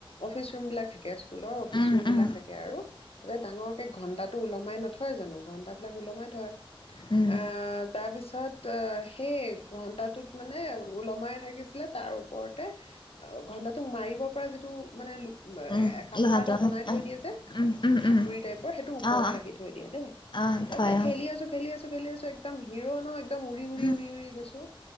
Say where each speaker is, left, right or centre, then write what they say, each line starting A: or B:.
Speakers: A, on the left; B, on the left.
A: অফিচ ৰুমবিলাক থাকে স্কুল‌‌ৰ অফিচ‌
B: উম
A: ৰুমবিলাক
B: উম
A: থাকে আৰু। তাতে ডাঙৰকে ঘন্টাত ওলমাই নথয় হয় জানো ঘন্টাবিলাক ওলমাই থয়।
B: উম
A: আ তাৰপিছত পাছত সেই ঘণ্টাটোত মানে ওলমাই থাকিছিলে, তাৰ ওপৰতে ঘন্টাটোক মাৰিব পৰা যিটো মানে
B: উম
A: কাঠৰ
B: লোহাটো
A: এটা বনাই থৈ
B: অ অ
A: দিয়ে যে,
B: উম উম
A: হাতুৰি
B: উম
A: টাইপৰ, সেইটো ওপৰতে
B: অ
A: ৰাখি থৈ দিয়ে দেই।
B: অ অ
A: তাৰপিছত
B: থয় অ
A: খেলি আছো, খেলি আছো খেলি আছো একদম হিৰো ন? একদম উৰি উৰি,
B: উম
A: উৰি উৰি গৈছো